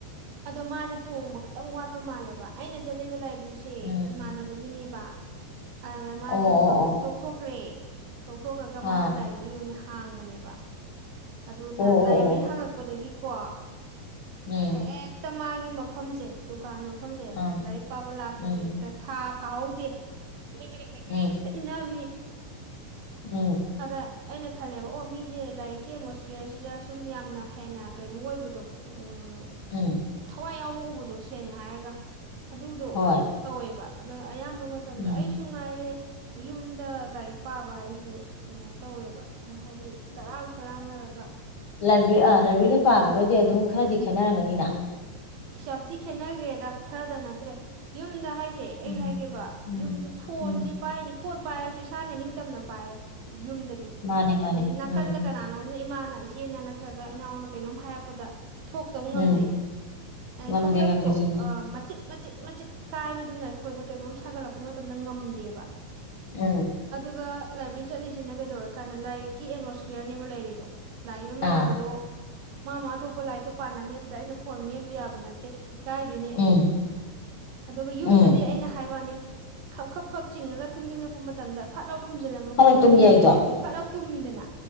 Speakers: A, on the right (about 85°); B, on the left (about 50°).
A: ꯑꯗꯣ ꯃꯥꯁꯦ ꯇꯣꯡꯕ ꯈꯛꯇ ꯈꯤꯇꯪ ꯋꯥꯠꯄ ꯃꯥꯜꯂꯦꯕ ꯑꯩꯅ ꯆꯠꯂꯤꯕ ꯂꯥꯏ ꯔꯤꯁꯦ
B: ꯎꯝ
A: ꯏꯃꯥꯟꯅꯕꯒꯤꯅꯦ <unintelligible> ꯑꯗꯨꯗ ꯃꯥ
B: ꯑꯣ
A: ꯖꯤꯝꯗꯣꯝꯗꯨ
B: ꯑꯣ ꯑꯣ
A: ꯇꯣꯛꯊꯣꯛꯈ꯭ꯔꯦ ꯇꯧꯊꯣꯛꯈ꯭ꯔꯒ
B: ꯑꯥ
A: ꯃꯥꯁꯦ ꯂꯥꯏꯕ꯭ꯔꯦꯔꯤ ꯑꯣꯏꯅ ꯍꯥꯡꯕꯅꯦꯕ ꯑꯗꯨꯅ
B: ꯑꯣ ꯑꯣ
A: ꯂꯥꯏꯕ꯭ꯔꯦꯔꯤ
B: ꯑꯣ
A: ꯍꯥꯡꯂꯛꯄꯗꯒꯤ ꯀꯋꯥ
B: ꯎꯝ
A: ꯍꯦꯛ ꯇ ꯃꯥꯒꯤ ꯃꯐꯝꯁꯦ ꯗꯨꯀꯥꯟ ꯃꯐꯝꯁꯦ
B: ꯑꯥ
A: ꯂꯥꯏꯔꯤꯛ ꯄꯥꯕ ꯂꯥꯛꯄꯁꯦ
B: ꯎꯝ
A: ꯍꯦꯛꯇ ꯊꯥ ꯐꯥꯎꯗꯦ ꯀ ꯀꯅꯤ
B: ꯎꯝ
A: ꯀ ꯏꯅꯥ ꯍ
B: ꯎꯝ
A: ꯑꯗ ꯑꯩꯅ ꯈꯜꯂꯦꯕ ꯑꯣ ꯃꯤꯁꯦ ꯂꯥꯏꯔꯤꯛꯀꯤ ꯑꯦꯠꯃꯣꯁꯐꯤꯌꯔꯁꯤꯗ ꯁꯨꯝ ꯌꯥꯝꯅ ꯍꯦꯟꯅ ꯀꯩꯅꯣ ꯑꯣꯏꯕꯗꯣ ꯎ
B: ꯎꯝ
A: ꯊꯋꯥꯏ ꯌꯥ ꯄꯣꯛꯎꯕꯗꯣ ꯁꯦꯡꯅ ꯍꯥꯏꯔꯒ ꯑꯗꯨꯗꯣ
B: ꯍꯣꯏ
A: ꯇꯧꯋꯦꯕ ꯑ ꯑꯌꯥꯝꯕ ꯃꯇꯝꯗ
B: ꯎꯝ
A: ꯑꯩꯁꯨ ꯉꯥꯏꯔꯦ ꯌꯨꯝꯗ ꯂꯥꯏꯔꯤꯛ ꯄꯥꯕ ꯍꯥꯏꯁꯦ ꯀꯩꯅꯣ ꯇꯧꯋꯦꯕ ꯍꯥꯏꯗꯤ ꯆꯔꯥꯡ ꯈꯣꯏꯔꯥꯡꯅꯔꯒ
B: ꯂꯕꯦꯔꯤ ꯑ ꯂꯥꯏꯕ꯭ꯔꯦꯔꯤꯗ ꯄꯥꯕꯒꯗꯤ ꯑꯗꯨꯝ ꯈꯔꯗꯤ ꯈꯦꯠꯅꯔꯝꯒꯅꯤꯅ
A: ꯏꯁ ꯌꯥꯝ ꯊꯤ ꯈꯦꯠꯅꯈ꯭ꯔꯦꯗ ꯈꯔꯗ ꯅꯠꯇ꯭ꯔꯦ ꯌꯨꯝꯗ ꯍꯥꯏ ꯁꯦ ꯑꯩ
B: ꯎꯝ
A: ꯍꯥꯏꯒꯦꯕ
B: ꯎꯝ
A: ꯌꯨꯝꯁꯦ ꯐꯣꯟꯁꯦ
B: ꯎꯝ
A: ꯄꯥꯏꯅꯤ ꯐꯣꯟ ꯄꯥꯏꯔꯁꯨ ꯏꯁꯥꯅ ꯅꯤꯡꯇꯝꯅ ꯄꯥꯏꯔꯦ ꯌꯨꯝꯗꯗꯤ
B: ꯃꯥꯅꯦ ꯃꯥꯅꯦ
A: ꯅꯥꯀꯟꯗ
B: ꯎꯝ
A: ꯀꯅꯥꯅꯣ ꯑꯅ ꯏꯃꯥꯅ ꯏꯆꯦꯅ ꯅꯠꯇ꯭ꯔꯒ ꯏꯅꯥꯎꯅ ꯀꯩꯅꯣꯝ ꯍꯥꯏꯔꯛꯄꯗ ꯊꯣꯛꯇꯕ ꯉꯝꯗꯦ
B: ꯎꯝ
A: ꯐꯁ
B: ꯉꯝꯗꯦ ꯉꯝꯗꯦ
A: ꯇꯣ
B: ꯆꯨꯝꯃꯤ
A: ꯃꯆꯤꯠ ꯃꯆꯤꯠ ꯃꯆꯤꯠ ꯀꯥꯏꯕꯗꯨꯅ ꯑꯩꯈꯣꯏꯗ ꯀꯩꯅꯣꯝ ꯁꯥꯒꯠꯂꯛꯄ ꯃꯇꯝꯗ ꯉꯝꯗꯦꯕ
B: ꯎꯝ
A: ꯑꯗꯨꯒ ꯂꯥꯏꯕ꯭ꯔꯦꯔꯤ ꯆꯠꯂꯤꯁꯤꯅ ꯀꯩꯗꯧꯔꯀꯥꯟꯗ ꯂꯥꯏꯔꯤꯛꯀꯤ ꯑꯦꯠꯃꯣꯁꯐꯤꯌꯔꯅꯦꯕ ꯂꯩꯔꯤꯗꯣ ꯂꯥꯛꯏꯕ
B: ꯑꯥ
A: ꯃꯌꯥꯝꯗꯣ ꯃꯥ ꯃꯥ ꯊꯣꯛꯄ ꯂꯥꯏꯔꯤꯠꯇꯣ ꯄꯥꯟꯅꯅꯤ ꯑꯗꯨꯗ ꯑꯩꯅ ꯐꯣꯔ ꯃꯜꯂꯨꯕ ꯕꯅ ꯏꯀꯥꯏꯗꯣꯏꯅꯤ ꯑꯩ
B: ꯎꯝ
A: ꯑꯗꯨꯒ ꯌꯨꯝꯗꯗꯤ
B: ꯎꯝ
A: ꯑꯩꯅ ꯍꯥꯏꯕꯅꯤ ꯈꯞ ꯈꯞ ꯈꯞ ꯆꯤꯡꯉꯒ ꯇꯨꯝꯅꯤꯡꯉꯛꯄ ꯃꯇꯝꯗ ꯐꯠꯥꯎ ꯈꯨꯝꯖꯤꯜꯂꯝꯃꯒ
B: ꯐꯔꯛ
A: ꯐꯃꯨꯡꯒ
B: ꯇꯨꯝ ꯌꯥꯏꯗꯣ
A: ꯂꯩꯔꯗꯤ ꯐꯠꯂꯞ ꯇꯃꯤꯗꯅꯥ